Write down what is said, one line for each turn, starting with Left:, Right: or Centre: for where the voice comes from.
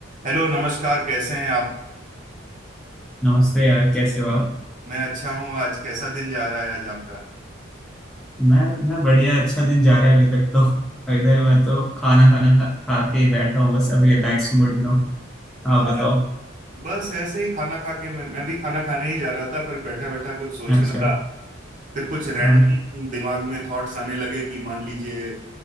Right: Hello नमस्कार कैसे हैं आप
Centre: नमस्ते यार कैसे हो आप
Right: मैं अच्छा हूँ आज कैसा दिन जा रहा है आज आपका
Centre: मैं मैं बढ़िया अच्छा दिन जा रहा है अभी तक तो <laughs> अभी तक मैं तो खाना खाना खा, खा के ही बैठा हूँ बस अभी रिलैक्स मूड में हूँ
Right: हाँ
Centre: आप बताओ
Right: बस ऐसे ही खाना खा के मैं मैं भी खाना खाने ही जा रहा था पर बैठा बैठा कुछ सोच
Centre: अच्छा
Right: रहा था फिर कुछ रैंडम
Centre: हाँ
Right: दिमाग में थॉट्स आने लगे कि मान लीजिए